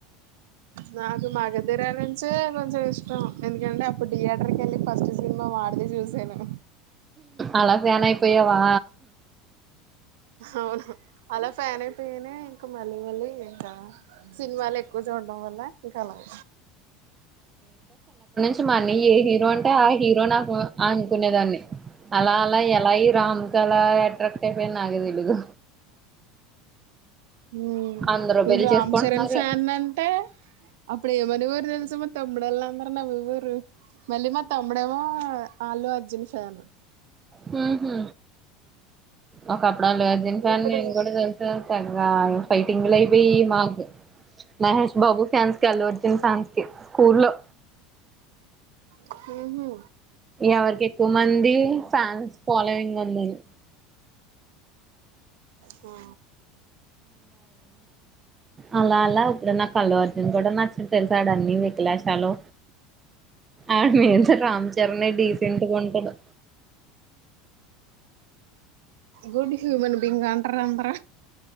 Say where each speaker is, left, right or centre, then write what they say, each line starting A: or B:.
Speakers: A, on the right; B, on the right.
A: నాకు మగధిర నుంచే కొంచెం ఇష్టం. ఎందుకంటే అప్పుడు థియేటర్ కెళ్ళి ఫస్ట్ సినిమా వాడిదె చూసాను.
B: అలా ఫ్యానయిపోయావా?
A: అవును. అలా ఫ్యాన్ అయిపోయనే ఇంక మళ్ళీ మళ్ళీ ఇంకా సినిమాలు ఎక్కువ చూడ్డం వల్ల ఇంకలాగ
B: మని ఏ హీరోయిన్ అ ఆ హీరో నాకు అనుకునేదాన్ని అలా అలా ఎలా ఈ రామ్ కెలాగ్ అట్రాక్ట్ అయిపోయిన్నాగే తెలీదు.
A: మ్మ్
B: అందరూ
A: నేన్
B: పెళ్లి
A: రామ్
B: చేసుకుంటున్నారు
A: చరణ్ ఫ్యాన్నంటే అప్పుడేమనె వారు తెలుస్ స మా తమ్ముడల్ అందరు నవ్వేవారు. మళ్లీ మా తమ్ముడేమో అల్లొ అర్జున్ ఫ్యాన్.
B: మ్మ్ హు ఒకప్పుడు అల్లు అర్జున్ ఫ్యాన్
A: ఇప్పుడు
B: నేను కూడ తెలుసా! పన్ ఆ ఫైటింగ్ లయిపోయి మాక్ మహేష్ బాబు ఫ్యాన్స్ కి అల్లు అర్జున్ ఫ్యాన్స్ కె స్కూల్లో
A: మ్మ్ హు
B: ఎవరికి ఎక్కువ మంది ఫ్యాన్స్ ఫాలోయింగ్ ఉందని
A: ఆ
B: అలా అలా ఇప్పుడు నా అల్లు అర్జున్ కూడా నచ్చు తెల్స్ సాడు అన్ని వికలాశాలు ఆడ్ నేమ్సే రామ్ చరణ్ నే డీసెంట్గా ఉంటడు.
A: గుడిసు మన బింగా అంటారు అందర